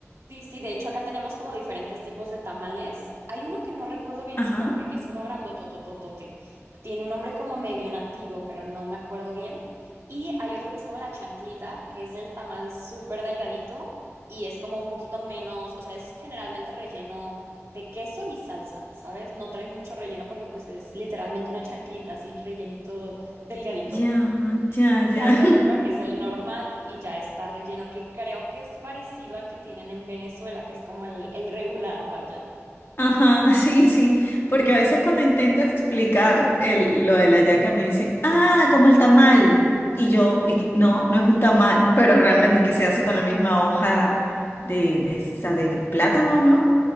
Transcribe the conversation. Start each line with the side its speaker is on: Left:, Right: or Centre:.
Right: Sí, sí, de hecho acá tenemos como diferentes tipos de tamales. Hay uno que no recuerdo bien
Left: Ajá.
Right: su nombre, que es uno grandotototote. Tiene un nombre como medio nativo, pero no me acuerdo bien. Y hay otro que es como la chanclita, que es el tamal súper delgadito y es como un poquito menos, o sea, es generalmente relleno de queso y salsa, ¿sabes? No trae mucho relleno porque pues es literalmente una chanclita así, rellenito delgadito.
Left: Ya, ya,
Right: Y
Left: ya.
Right: hay
Left: <laughs>
Right: otro que es el normal y ya está relleno, que creo que es parecido al que tienen en Venezuela, que es como el, el regular, vaya.
Left: Ajá, sí, sí. Porque a veces cuando intento explicar el- lo de la yaca me dicen, ah, como el tamal. Y yo, y que, no, no es un tamal, pero realmente es que se hace con la misma hoja de,
Right: Ok,
Left: de esa de plátano, ¿no?